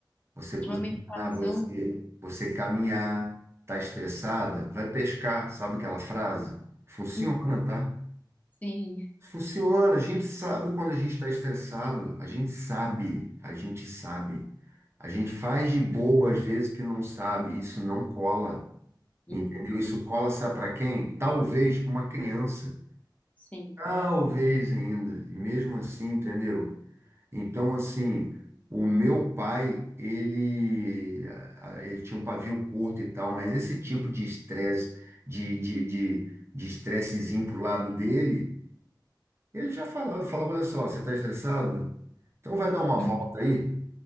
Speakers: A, on the right; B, on the left.
A: Você cozinhar,
B: Uma meditação.
A: você, você caminhar, tá estressada, vai pescar, sabe aquela frase? Funciona,
B: Uhum,
A: tá?
B: Sim,
A: Funciona, a gente sabe quando a gente está estressado, a gente sabe, a gente sabe. A gente faz de bobo às vezes que não sabe, isso não cola.
B: uhum,
A: Entendeu? Isso cola, sabe para quem? Talvez uma criança.
B: sim,
A: Talvez ainda. E mesmo assim, entendeu? Então, assim, o meu pai, ele, a- a- ele tinha um pavio curto e tal, mas esse tipo de estresse, de, de, de, de estressezinho pro lado dele, ele já falava, falava, olha só, você está estressado? Então vai dar uma
B: uhum,
A: volta aí,